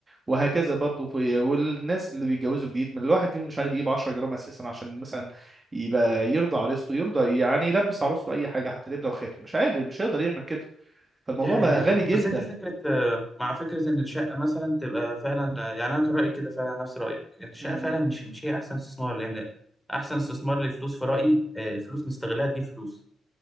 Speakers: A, on the right; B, in the centre.
A: وهكذا برضو في والناس اللي بيتجوزوا جديد من الواحد فيهم مش عارف يجيب 10 جرام اساسا عشان مثلا يبقى يرضى عروسته يرضى يعني يلبس عروسته اي حاجه حتى لبله وخاتم مش قادر مش هيقدر يعمل كده فالموضوع
B: دي حقيقة
A: بقى غالي جدا
B: بس انت فكرة آه، مع فكرة ان الشقة مثلا تبقى فعلا آه، يعني انا كان رأيي كده فعلا نفس رأيك ان الشقة
A: امم
B: فعلا مش مش هي احسن استثمار لان احسن استثمار للفلوس في رأيي آه، الفلوس نستغلها تجيب فلوس